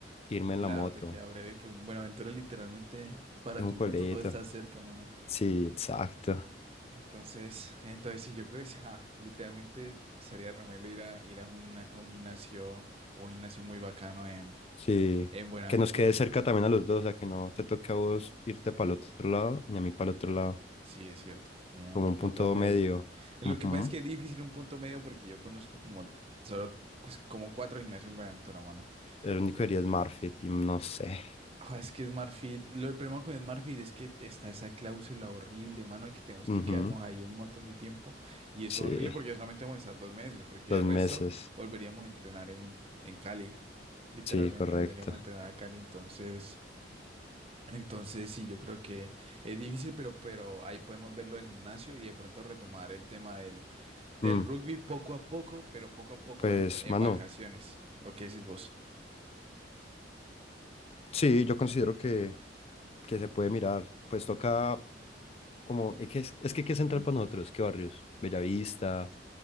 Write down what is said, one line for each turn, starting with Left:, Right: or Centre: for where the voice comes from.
Left: irme en
Right: Claro,
Left: la moto.
Right: te queda breve que Buenaventura literalmente para
Left: Es un
Right: tu moto
Left: pueblito.
Right: todo está cerca, mano.
Left: Sí, exacto.
Right: Entonces, entonces sí, yo creo que sea, literalmente sería remelo ir a ir a una- a un gimnasio, un gimnasio muy bacano en,
Left: Sí.
Right: en Buenaventura.
Left: Que nos quede cerca también a los dos, o sea, que no te toque a vos irte para el otro lado, ni a mí para el otro lado,
Right: Sí, es cierto, un, un
Left: como un
Right: punto
Left: punto
Right: medio.
Left: medio.
Right: Lo
Left: Ujú.
Right: que pasa es que es difícil un punto medio porque yo conozco como solo pues, como cuatro gimnasios en Buenaventura, mano.
Left: El único
Right: Eh,
Left: día es marketing, no sé.
Right: Ah, es que Smart Fit, lo problema con Smart Fit es que está esa cláusula horrible, mano, de que tenemos
Left: Ujú,
Right: que quedarnos ahí un montón de tiempo. Y eso
Left: Sí,
Right: es horrible porque solamente vamos a estar dos meses, porque
Left: dos
Right: el resto
Left: meses.
Right: volveríamos a entrenar en, en Cali. Literalmente
Left: Sí, correcto.
Right: volveríamos a entrenar a Cali. Entonces, entonces sí, yo creo que es difícil, pero, pero ahí podemos verlo del gimnasio y de pronto retomar el tema del, del
Left: Mm,
Right: rugby poco a poco, pero poco a poco
Left: pues,
Right: en, en
Left: mano,
Right: vacaciones. ¿O qué decís vos?
Left: sí, yo considero que, que se puede mirar. Pues toca como, es que, es, es que ¿qué es central para nosotros? ¿Qué barrios? Bellavista,